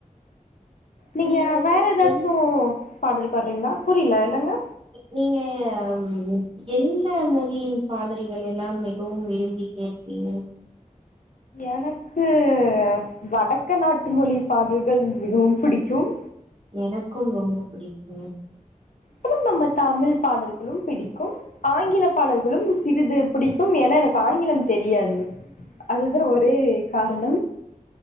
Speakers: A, on the left; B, on the right.
A: நீங்க
B: நீங்கள்
A: வேற ஏதாச்சு
B: என்
A: பாடல் பாடுறிங்களா புரியல என்னங்க
B: நீங்க நீங்க எந்த மொழியின் பாடல்கள் எல்லாம் மிகவும் விரும்பி கேப்பிங்க
A: எனக்கு வடக்க நாட்டு மொழி பாடல்கள் மிகவும் புடிக்கும்
B: எனக்கும் ரொம்போ பிடிக்கும்
A: அப்புறோ நம்ம தமிழ் பாடல்களும் பிடிக்கும் ஆங்கில பாடல்களும் சிறிது புடிக்கும் எனா எனக்கு ஆங்கிலம் தெரியாது அதுதா ஒரே காரண